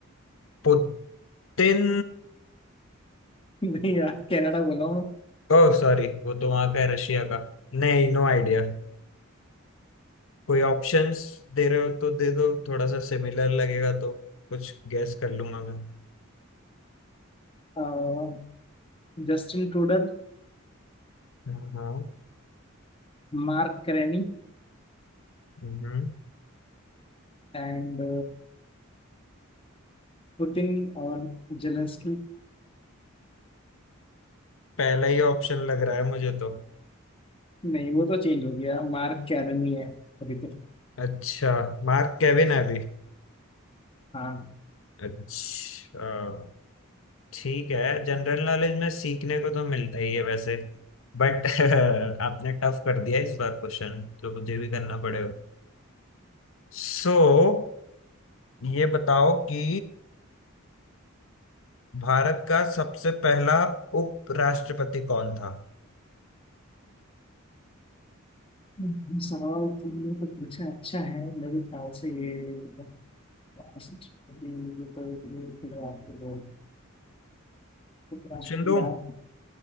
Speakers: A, on the left; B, on the left.
A: पुतिन
B: <laughs> नहीं यार कनाडा बोला हूँ मैं।
A: ओह सॉरी वो तो वहां का है रशिया का नहीं नो आइडिया कोई ऑप्शंस दे रहे हो तो दे दो थोड़ा सा सिमिलर लगेगा तो कुछ गैस कर लूंगा मैं
B: अह, Justin Trudeau
A: हाँ हाँ,
B: Mark Carney
A: हम्म
B: And Putin और जेलेंस्की
A: पहला ही ऑप्शन लग रहा है मुझे तो
B: नहीं वो तो चेंज हो गया मार्क कैरनी है अभी तो
A: अच्छा मार्क केविन है अभी
B: हाँ
A: अच्छा ठीक है जनरल नॉलेज में सीखने को तो मिलता ही है वैसे बट <laughs> आपने टफ कर दिया इस बार क्वेश्चन तो मुझे भी करना पड़ेगा सो so, ये बताओ कि भारत का सबसे पहला उपराष्ट्रपति कौन था
B: ये सवाल तुमने तो पूछा अच्छा है मेरे ख्याल से ये राष्ट्रपति ये तो ये थे आपके दो राष्ट्रपति
A: ऑप्शन दो
B: यार